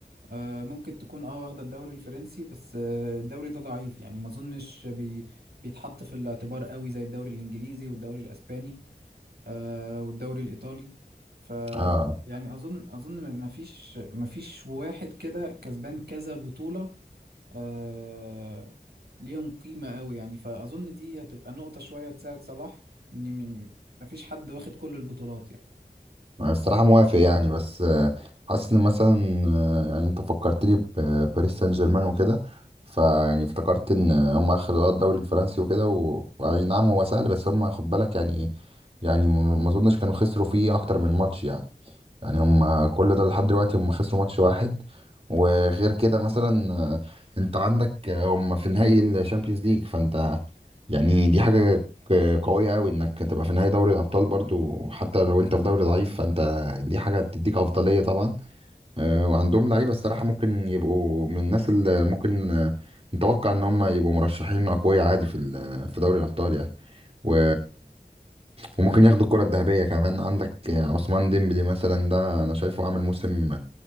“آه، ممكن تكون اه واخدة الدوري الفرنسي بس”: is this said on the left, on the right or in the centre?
Right